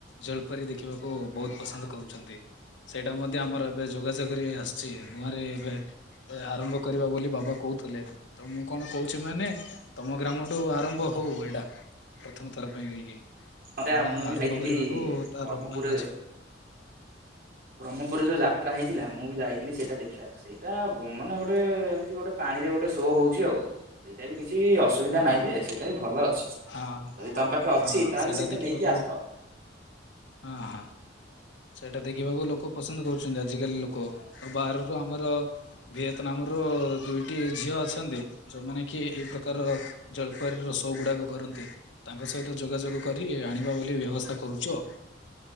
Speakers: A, on the left (about 75°); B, on the right (about 55°).
A: ଜଳପରି ଦେଖିବାକୁ ବହୁତ ପସନ୍ଦ କରୁଚନ୍ତି। ସେଇଟା ମଧ୍ୟ ଆମର ଏବେ ଯୋଗାଯୋଗରେ ଆସିଚି ନୂଆରେ ଏବେ ଆରମ୍ଭ କରିବା ବୋଲି ବାବା କହୁଥିଲେ। ତ ମୁଁ କଣ କହୁଚି ମାନେ ତମ ଗ୍ରାମଠୁ ଆରମ୍ଭ ହଉ ଏଇଟା ପ୍ରଥମ ଥର ପାଇଁ କହିକି।
B: ଆରେ
A: ଆମର
B: ମୁଁ ବି
A: ଆରମ୍ଭ
B: ଯାଇଥିଲି
A: କରିବାକୁ ତାର
B: ବ୍ରହ୍ମପୁରରେ
A: ପ୍ଲାନ ଅଛି।
B: ବ୍ରହ୍ମପୁରରେ ଯୋଉ ଯାତ୍ରା ହେଇଥିଲା ମୁଁ ବି ଯାଇଥିଲି ସେଇଟା ଦେଖିବାପାଇଁ। ସେଇଟା ମ ମାନେ ଗୋଟେ ଏମିତି ଗୋଟେ ପାଣି ରେ ଗୋଟେ ଶୋ ହଉଚି ଆଉ। ସେଇଟା ବି କିଛି ଅସୁବିଧା
A: ହଁ।
B: ନାହିଁ ଯେ ସେଇଟା ବି ଭଲ ଅଛି। ଯଦି
A: ହଁ
B: ତମ ପାଖରେ
A: ହଁ
B: ଅଛି ତାହେଲେ ସେଇଟା
A: ଦେଖିବାକୁ
B: ନେଇକି ଆସ।
A: ହଁ ହଁ। ସେଇଟା ଦେଖିବାକୁ ଲୋକେ ପସନ୍ଦ କରୁଚନ୍ତି ଆଜିକାଲି ଲୋକ ଆଉ ବାହାରରୁ ଆମର ଭିଏତନାମରୁ ଦୁଇଟି ଝିଅ ଅଛନ୍ତି। ଯୋଉମାନେ କି ଏଇ ପ୍ରକାରର ଜଲପରୀର ସୋ ଗୁଡାକ କରନ୍ତି। ତାଙ୍କ ସହିତ ଯୋଗାଯୋଗ କରି ଆଣିବା ବୋଲି ବ୍ୟବସ୍ଥା କରୁଚୁ ଆଉ।